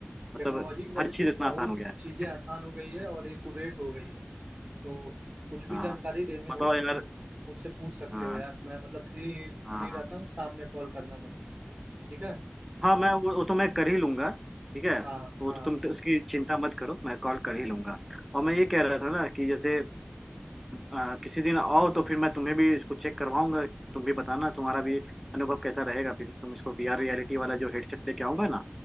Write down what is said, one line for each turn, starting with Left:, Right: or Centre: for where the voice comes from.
Centre: मतलब
Right: टेक्नोलॉजी की वजह
Centre: हर
Right: से
Centre: चीज इतना
Right: बहुत
Centre: आसान हो गया है
Right: चीजें आसान हो गई है और एक्यूरेट हो गई है तो कुछ भी
Centre: हाँ
Right: जानकारी लेने
Centre: बताओ
Right: हो
Centre: यार
Right: तो मु- मुझसे पूछ सकते
Centre: हाँ
Right: हो यार मैं मतलब फ्री
Centre: हाँ
Right: फ्री रहता हूँ शाम में कॉल करना मुझको ठीक है
Centre: हाँ मैं वो, वो तो मैं कर ही लूंगा ठीक है
Right: हाँ
Centre: वो
Right: हाँ
Centre: तो तुम उसकी चिंता मत करो मैं कॉल कर ही लूंगा और मैं ये कह रहा था ना कि जैसे आ, किसी दिन आओ तो फिर मैं तुम्हें भी इसको चेक करवाऊंगा तुम भी बताना तुम्हारा भी अनुभव कैसा रहेगा फिर तुम इसको वीआर रियलिटी वाला जो हेडसेट लेके आओगे ना